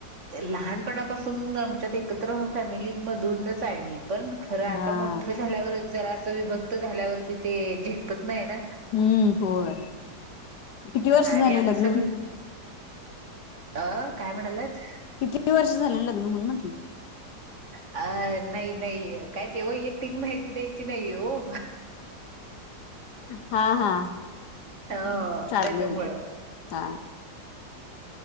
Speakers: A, on the right (about 45°); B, on the left (about 70°).
A: लहानपणापासून आमच्यात एकत्र फॅमिलीत मधूनच आहे मी पण खरं आता
B: हा
A: मोठं झाल्यावरच जरा अस विभक्त झाल्यावर तिथे झेप नाही ना
B: हम्म होय. किती वर्ष
A: आणि
B: झाले
A: आता
B: लग्न
A: सगळ
B: होऊन?
A: अ काय म्हणालात
B: किती वर्ष झाले लग्न म्हणून म्हटलं
A: अ नाही नाही काय ते वैयक्तिक माहिती द्यायची नाही हो
B: हा हा
A: ह
B: चालेल
A: त्याच्यामुळं
B: ते हा